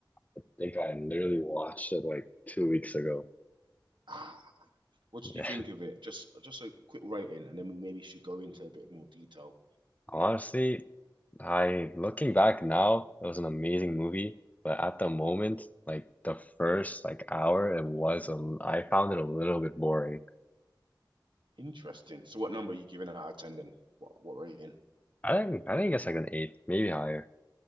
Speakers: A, on the left; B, on the right.
A: I think I literally watched it like two weeks ago.
B: Ah, what did you
A: Yeah.
B: think of it? Just, just a quick rating, and then we maybe should go into a bit more detail.
A: <laughs> Honestly, I looking back now, it was an amazing movie, but at the moment, like the first like hour, it was a, I found it a little bit boring.
B: Interesting. So, what number are you giving out of ten then? What, what rating?
A: I think I think it's like an eight, maybe higher.